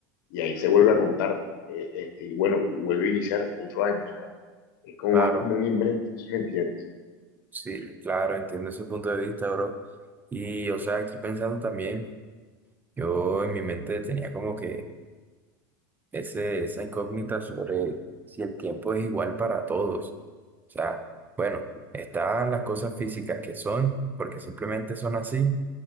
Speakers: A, on the left; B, on the right.
A: y ahí se vuelve a contar, eh, este, y bueno, y vuelve a iniciar otro año, o sea, es como
B: Claro,
A: más como un invento, ¿sí me entiendes?
B: sí, claro, entiendo ese punto de vista, bro. Y, o sea, aquí pensando también, yo en mi mente tenía como que ese, esa incógnita sobre si el tiempo es igual para todos. O sea, bueno, están las cosas físicas que son, porque simplemente son así,